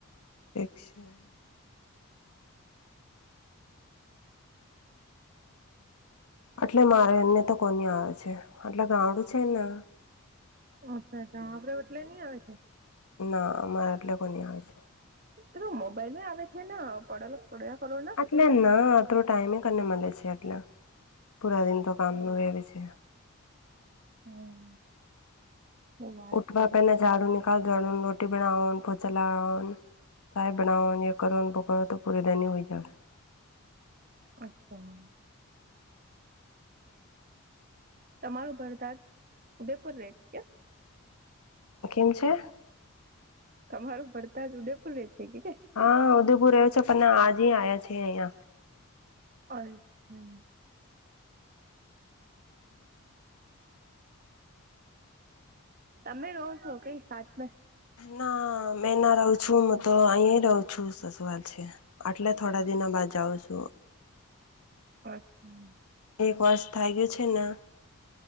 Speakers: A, on the left; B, on the right.
A: <unintelligible> એટલે મારે એને તો કોની આવે છે એટલે ગામડું છે ને.
B: અચ્છા અચ્છા આપડે ઓટલે નઈ આવે છે.
A: ના અમારા આટલે કોની આવે છે.
B: તો મોબાઈલ આવે છે ને પડેલો પડ્યા કરો ને
A: અટલે ના અંતરો ટાઈમ ને મળે છે. એટલે પુરા દિન તો કામનું રહે છે.
B: હમ હું વાત
A: ઉઠવા
B: છે
A: પેના ઝાડું નિકાલ જડ રોટી બનાવાનું પોછા લાગવાનું. ચાહ બનવાની ગરમ પકો તો પૂરે દન હોય જવે.
B: અચ્છા તમારું ભરદાજ ઉદેપુર રે છે કે.
A: કેમ છે.
B: તમારું ભડતા જ ઉદેપુર વે છેે કે.
A: હા ઉદયપુર રહ્યો છે પણ આજ આવ્યા છે. અહિયાં
B: અચ્છા. તમે રહો છો કઈ સાતમે
A: ના મેં ના રહું છું હું તો અહી રહું છું. સસવાલ છે આટલે થોડા દિનો બાદ. જાઉ શું.
B: અચ્છા.
A: એક વર્ષ થઈ ગયું છે ને